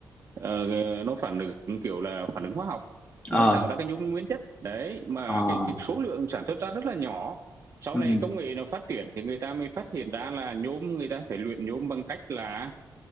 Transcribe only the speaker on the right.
ờ, nó phản ứng kiểu là phản ứng hóa học
nó tạo ra cái nhung nguyên chất đấy mà
cái cái số lượng sản xuất ra rất là nhỏ sau
này công nghệ nó phát triển thì người ta mới phát hiện ra là nhôm người ta phải luyện nhôm bằng cách là